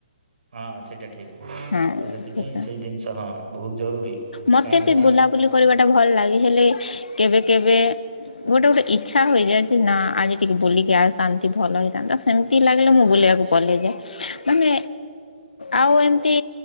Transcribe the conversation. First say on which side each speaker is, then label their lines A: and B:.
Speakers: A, on the right; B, on the left.
A: ହଁ ସେଇଟା ଠିକ୍ ତ
B: ହଁ
A: ସେଥିପାଇଁ
B: ସେଟା
A: ସେଇ ଜିନିଷ ହଁ ବହୁତ ଜରୁରୀ କାହିଁକି
B: ମତେ ବି
A: ନା
B: ବୁଲାବୁଲି କରିବାଟା ଭଲ ଲାଗେ ହେଲେ କେବେ କେବେ ଗୋଟେ ଗୋଟେ ଇଚ୍ଛା ହୋଇଯାଏ ଯେ ନା ଆଜି ଟିକେ ବୁଲିକି ଆ ଶାନ୍ତି ଭଲ ହେଇଥାନ୍ତା। ସେମିତି ଲାଗିଲେ ମୁଁ ବୁଲିବାକୁ ପଲେଇଯାଏ ମାନେ ଆଉ ଏମତି